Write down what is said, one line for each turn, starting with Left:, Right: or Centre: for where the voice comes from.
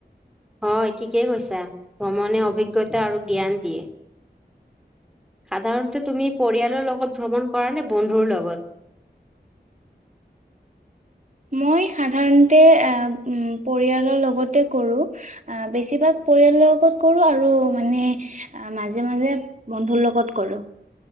Centre: হয় ঠিকেই কৈছা, ভ্ৰমণে অভিজ্ঞতা আৰু জ্ঞান দিয়ে। সাধাৰণতে তুমি পৰিয়ালৰ লগত ভ্ৰমণ কৰা নে বন্ধুৰ লগত?
Right: মই সাধাৰণতে পৰিয়ালৰ লগতে কৰো। আহ', বেছিভাগ পৰিয়ালৰ লগত কৰো আৰু মানে আহ', মাজে -মাজে বন্ধুৰ লগত কৰো।